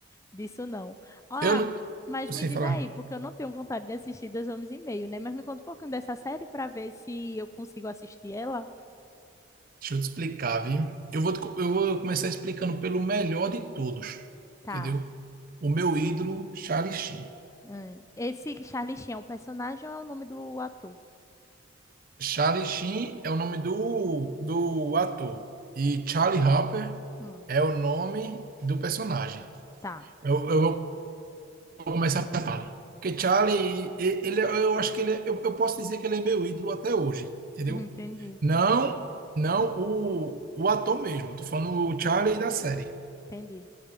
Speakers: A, on the left; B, on the right.
A: disso não. Ah,
B: Eu não.
A: mas
B: eu
A: me
B: Sem
A: diz
B: falar.
A: aí, porque eu não tenho vontade de assistir Dois Homens e Meio, né? Mas me conta um pouquinho dessa série pra ver se eu consigo assistir ela.
B: Deixa eu te explicar, viu? Eu vou, te co- eu vou começar explicando pelo melhor de todos,
A: Tá.
B: entendeu? O meu ídolo, Charlie Sheen.
A: hum. Esse Charlie Sheen é o personagem ou é o nome do ator?
B: Charlie Sheen é o nome do, do ator. E Charlie Harper
A: Hum,
B: é o nome do personagem.
A: tá.
B: Eu, eu vou começar por Charlie. Porque Charlie, e- ele, eu acho que ele é, eu, eu posso dizer que ele é meu ídolo até hoje, entendeu?
A: Hum, Entendi,
B: Não, não o, o ator mesmo. Tô falando o Charlie da série.
A: entendi.